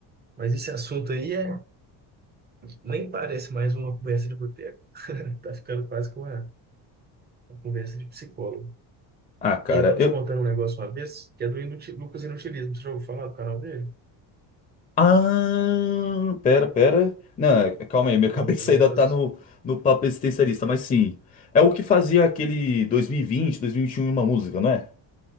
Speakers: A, on the right; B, on the left.
A: Mas esse assunto aí é, nem parece mais uma conversa de boteco. <laughs> Tá ficando quase que uma, uma conversa de psicólogo.
B: Ah, cara,
A: E eu tava
B: eu,
A: te contando um negócio uma vez, que é do Inuti- Lucas Inutilismo. Você já ouviu falar do canal dele?
B: Ah, pera, pera. Não, é- é, calma aí, minha <laughs> cabeça
A: Ele também
B: ainda
A: faz
B: tá no, no papo existencialista, mas sim. É o que fazia aquele dois dois mil mil e e vinte, dois mil e vinte e um, uma música, não é?